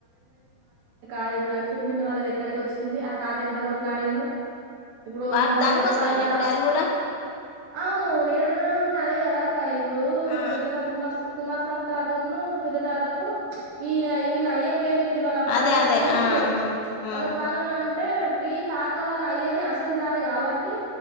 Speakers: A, on the right; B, on the left.
A: అదిప్పుడు లక్ష్యం పిన్ని వాళ్ళదెక్కడికొచ్చింది ఆ తాత ఎంత కోట్లాడిండు ఇప్పుడు
B: వా
A: మన
B: దానికోసమేనా
A: పెద్ద తాత
B: ఇప్పుడు అది కూడా
A: అవును నీరుడుదనం అంటే అదే గదా క ఇప్పుడు
B: ఆ
A: పెద్ద తాత కుమార్స్ కుమార్స్ సంతాతున్ను పెద్దతాతకు ఈ రై వీలయ్య పేరు మీద వాళ్ళ పాలోలన్
B: అదే అదే
A: దరకుండే
B: ఆ ఆ
A: వాళ్ళ పాలొలన్ అంటే మీ తాత వాళ్ళ అయ్యది అసలు దారి కాబట్టి